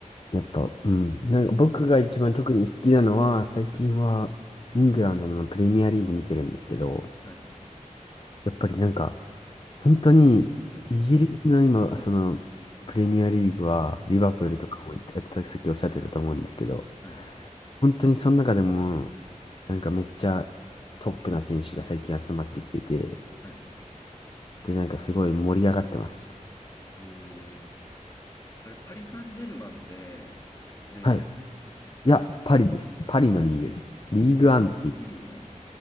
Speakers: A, on the left; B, on the left.
A: やっぱ、うん。なんか僕が一番特に好きなのは、最近はイングランドのプレミアリーグ見てるんですけど、
B: はい。はい。
A: やっぱりなんか、本当にイギリスの今、
B: はい。
A: そのプレミアリーグは、リバプールとかも、
B: はい。
A: あさっきおっしゃってたと思うんですけど、
B: はい。
A: 本当にその中でも、なんかめっちゃトップな選手が最近集まってきてて、
B: はい
A: で、なんかすごい盛り上がってます。
B: えーあれ、パリ・サンジェルマンって、プレミアです。
A: はい。いや、パリです。パリのリーグです。リーグアンって、
B: あ、あれは P リーグなんだ。